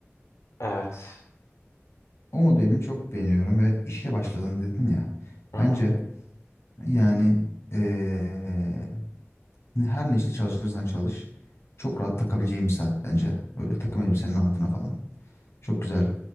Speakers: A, on the left; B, on the left.
A: Evet.
B: O modelini çok beğeniyorum ve işe başladın dedin ya.
A: Hı
B: Bence
A: hı.
B: yani ee, her ne işte çalışırsan çalış çok rahat takabileceğim bir saat bence. Böyle takım elbisenin altına falan. Çok güzel